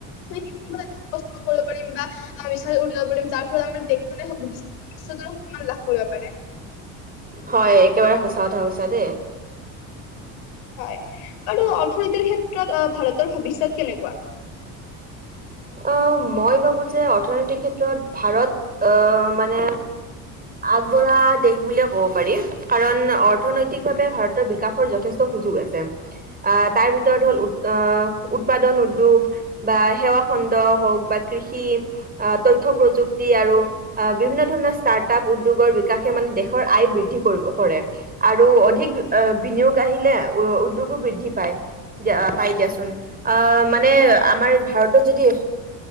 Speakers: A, on the left (about 85°); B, on the right (about 20°).
A: বিভিন্ন জাতিত পস্তুত কৰিব পাৰিব বা। বিশাল উঠিব পিম যাৰ ফলত আাৰ দেশখনে হক বিশ বিশ্বতৰে সন্মান লাভ কৰিব পাৰে।
B: হয় একেবাৰে সঁচা কথা কৈছা দেই।
A: হয় অৰ্থনীতিৰ ক্ষেত্ৰত ভাৰতৰ ভৱিষ্যত কেনেকুৱ?
B: অ মই ভাবোঁ যে অৰ্থনৈতিক ক্ষেত্ৰত ভাৰত অ মানে আগবঢ়া দেশ বুলিয়ে ক'ব পাৰি। কাৰণ অৰ্থনৈতিকভাৱে ভাৰতৰ বিকাশৰ যথেষ্ট সুযোগ আছে। আহ তাৰ ভিতৰত হ'ল অ উ উৎপাদন উদ্যোগ বা সেৱা। খন্দ হওঁক বা কৃষি তথ্য প্ৰযুতি আৰু আহ বিভিন্ন ধৰণৰ ষ্টাৰ্টআপ উদ্যোগৰ বিকাশে মানে দেশৰ আয় বৃদ্ধি কৰিব কৰে। আৰু অধিক বিনিয়োগ আহিলে উ উদ্যোগো বৃদ্ধি পায়। দিয়া পাই দিয়াচোন আ মানে আমাৰ ভাৰতত যদি